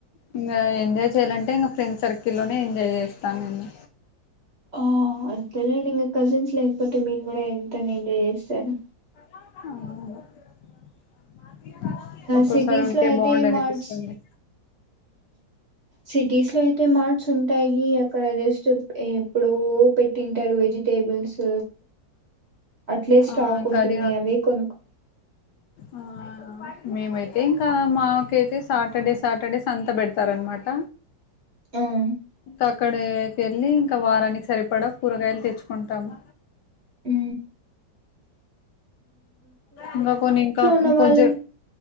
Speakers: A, on the left; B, on the right.
A: ఇంగ ఎంజాయ్ చేయాలంటే ఇంకా ఫ్రెండ్ సర్కిల్ లోనే ఎంజాయ్ చేస్తా నేను
B: ఆ అంతేలేండి ఇంగ కజిన్స్ లేకపోతే మీరు కూడా ఎంతనా ఎంజాయ్ జేస్తారు
A: <unintelligible> ఒక్కోసారి
B: సిటీస్
A: ఉంటే
B: లో అయితే
A: బాగుండు అనిపిస్తుంది
B: మార్ట్స్ సిటీస్ లో అయితే మార్ట్స్ ఉంటాయి అక్కడ అది ఎస్ట్ ఎప్పుడు పెట్టింటారు వెజిటేబుల్స్ అట్లే స్టాక్
A: ఆ ఇంకా
B: ఉంటుంది
A: అది కాక
B: అవే కొనుకు
A: ఆ మేమైతే ఇంకా మాకైతే సాటర్డే సాటర్డేస్ అంతా బెడతారన్ మాట
B: <unintelligible>
A: అక్కడకి వెళ్ళి ఇంకా వారానికి సరిపడా కూరగాయలు తెచ్చుకుంటాము
B: ఊ
A: ఇంకా కొన్ని ఇంకా
B: ఉన్న
A: కొంచెం
B: వాళ్ళు